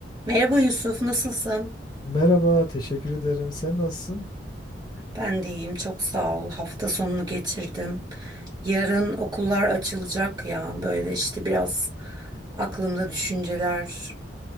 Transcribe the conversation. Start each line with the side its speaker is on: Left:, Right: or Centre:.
Right: Merhaba Yusuf, nasılsın?
Left: Merhaba, teşekkür ederim. Sen nasılsın?
Right: Ben de iyiyim, çok sağ ol. Hafta sonunu geçirdim. Yarın okullar açılacak ya. Böyle işte biraz aklımda düşünceler.